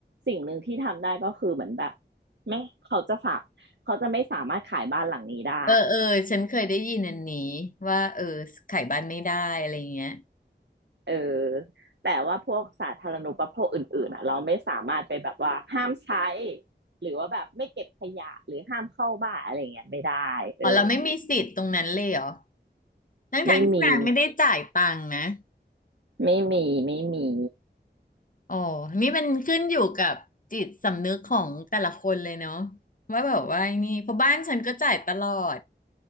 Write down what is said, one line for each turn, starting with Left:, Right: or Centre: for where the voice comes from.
Right: สิ่งหนึ่งที่ทำได้ก็คือเหมือนแบบไม่เขาจะฝากเขาจะไม่สามารถขายบ้านหลังนี้ได้
Left: เออเออฉันเคยได้ยินอันนี้ว่าเออขายบ้านไม่ได้อะไรเงี้ย
Right: เออแต่ว่าพวกสาธารณูปโภคอื่นๆอ่ะเราไม่สามารถไปแบบว่าห้ามใช้หรือว่าแบบไม่เก็บขยะหรือห้ามเข้าบ้านอะไรเงี้ยไม่ได้เออ
Left: อ๋อเราไม่มีสิทธิ์ตรงนั้นเลยเหรอทั้งทางที่นางไม่ได้จ่ายตังค์นะ
Right: ไม่มีไม่มีไม่มี
Left: อ๋อนี่มันขึ้นอยู่กับจิตสำนึกของแต่ละคนเลยเนาะว่าแบบว่าไอ้นี่เพราะบ้านฉันก็จ่ายตลอด